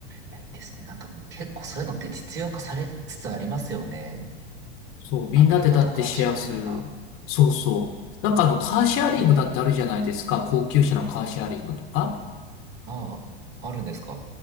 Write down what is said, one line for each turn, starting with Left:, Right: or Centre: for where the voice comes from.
Right: いや、いいですね。なんかもう結構そういうのって実用化されつつありますよね。
Left: そう、みんなでだってシェアする。
Right: アメリカとか中国とか。
Left: そうそう。なんかあの、カーシェアリングだってあるじゃないですか。高級車のカーシェアリングとか。
Right: ああ、あるんですか。